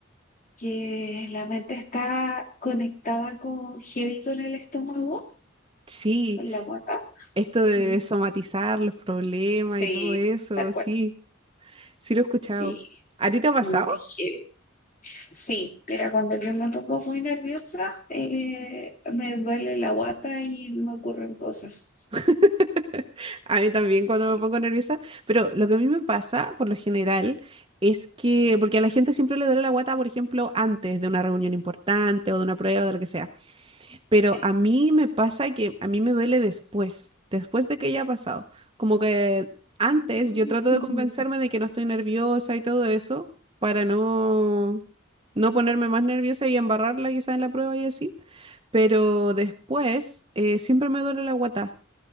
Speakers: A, on the left; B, on the right.
A: que la mente está conectada con heavy con el estómago,
B: Sí,
A: con la guata.
B: esto de
A: Mm.
B: somatizar los problemas
A: Sí,
B: y todo eso,
A: tal
B: sí,
A: cual.
B: sí lo he escuchado.
A: Sí,
B: ¿A ti te ha pasado?
A: mm, es heavy. Sí, mira, cuando yo me pongo muy nerviosa, eh, me duele la guata y me ocurren cosas.
B: <laughs> A mí también cuando
A: Sí.
B: me pongo nerviosa, pero lo que a mí me pasa por lo general es que, porque a la gente siempre le duele la guata, por ejemplo, antes de una reunión importante o de una prueba, de lo que sea. Pero
A: Sí.
B: a mí me pasa que a mí me duele después, después de que ya ha pasado. Como que antes
A: Mm.
B: yo trato de convencerme de que no estoy nerviosa y todo eso para no, no ponerme más nerviosa y embarrarla quizás en la prueba y así. Pero después eh, siempre me duele la guata,